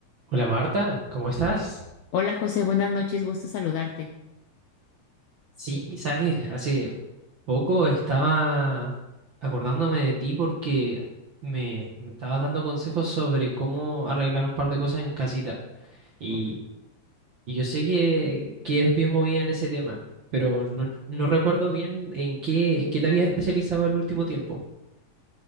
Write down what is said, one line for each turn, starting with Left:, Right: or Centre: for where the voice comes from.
Right: Hola Marta, ¿cómo estás?
Left: Hola José, buenas noches, gusto saludarte.
Right: Sí, sabes, hace poco estaba acordándome de ti porque me, me estabas dando consejos sobre cómo arreglar un par de cosas en casita. Y,
Left: Ok.
Right: y yo sé que, que eres bien movida en ese tema, pero no, no recuerdo bien en qué, en qué te habías especializado el último tiempo.